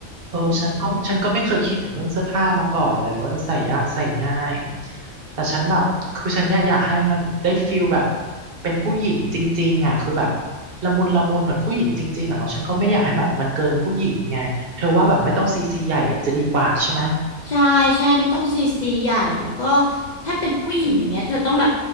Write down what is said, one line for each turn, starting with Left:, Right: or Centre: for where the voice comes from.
Right: เออฉันก็ฉันก็ไม่เคยคิดถึงเรื่องเสื้อผ้ามาก่อนเลยว่าจะใส่ยากใส่ง่าย แต่ฉันแบบคือฉันเนี่ยอยากให้มันได้ฟิลแบบเป็นผู้หญิงจริงๆอ่ะคือแบบละมุนละมุนเหมือนผู้หญิงจริงๆอ่ะเนาะฉันก็ไม่ได้อยากให้แบบมันเกินผู้หญิงไงเธอว่าแบบไม่ต้องซีซีใหญ่จะดีกว่าใช่ไหม
Left: ใช่ใช่ไม่ต้องซีซีใหญ่แล้วก็ถ้าเป็นผู้หญิงอย่างเงี้ยเธอต้องแบบ